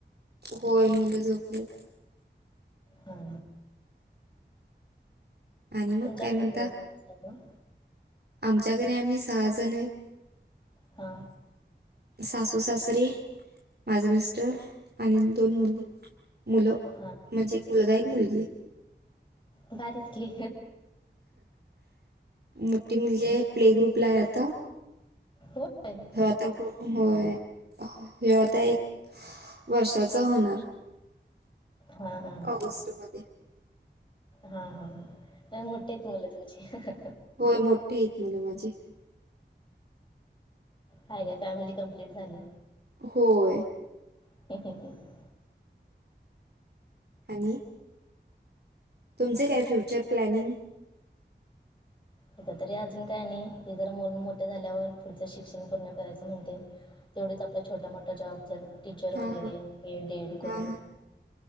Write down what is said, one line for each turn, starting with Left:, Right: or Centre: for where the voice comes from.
Right: होय मुलं झोपलेतं.
Left: हा.
Right: आणि मग
Left: तुमच्या
Right: काय
Left: घरी
Right: म्हणता?
Left: कोण कोण असतं मगं.
Right: आमच्या घरी आम्ही सहा जण आहेत.
Left: हा.
Right: सासू सासरी माझे मिस्टर आणि दोन मुली दोन मुलं.
Left: हा.
Right: म्हणजे एक मुलगा एक मुलगी.
Left: भारीच की.
Right: मोठी मुलगी प्ले ग्रुपला हे आता.
Left: हो आहे.
Right: हो आता होय हे आता एक <unintelligible> वर्षाचा होणार
Left: हा हा
Right: ऑगस्ट मध्ये.
Left: हा हा मोठीे आहेततं मुलं तुमची.
Right: होय मोठे आहेत मुलं माझे.
Left: हय का फॅमिली कम्प्लीट झाली.
Right: होय.
Left: <unintelligible>
Right: आणि. तुमचे काय फ्युचर प्लॅनिंग.
Left: आता तरी अजून काय नाही हे जर मुलं मोठं झाल्यावर पुढचं शिक्षण पूर्ण करायचं म्हणते. तेवढेच आपल्या छोटा मोठा जॉब झाला. टीचर
Right: हां,
Left: वगैरे
Right: हां.
Left: बी एड, डी एड करून,
Right: हां, हां.